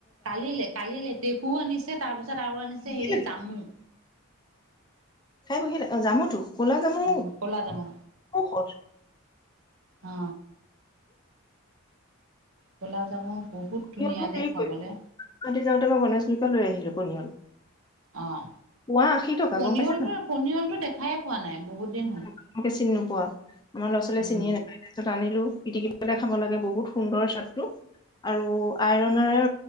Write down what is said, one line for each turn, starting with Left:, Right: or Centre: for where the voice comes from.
Right: কালিলে -কালি লেটেকু আনিছে তাৰপিছত আৰু আনিছে
Left: বঢ়িয়া
Right: হেৰি
Left: লাগে
Right: জামু।
Left: খাই বহিলে অহ জামুতো। কলা জামো
Right: উম ক'লা জামু
Left: ঔষধ
Right: অ গুলাব জামু, বহুত
Left: পনিয়ল
Right: ধুনীয়া
Left: টো
Right: দেই
Left: হেৰি
Right: খাবলে
Left: কৰি গুৱাহাটী যাওঁতে মই গণেশ গুৰিৰ পৰা লৈ আহিলো পনিয়ল।
Right: অহ,
Left: পোৱা আশী টকা
Right: পনিয়লটো
Left: গম পাইছা নাই
Right: -পনিয়লটো দেখাই পোৱা নাই। বহুত দিন
Left: তোমালোকে
Right: হ'ল
Left: চিনি নোপোৱা আমাৰ ল'ৰা- ছোৱালীয়ে
Right: উম
Left: চিনিয়ে নোপায় তাৰপিছত আনিলো। পিটিকি পেলাই খাব লাগে বহুত সুন্দৰ চাদটো আৰু আইৰনৰে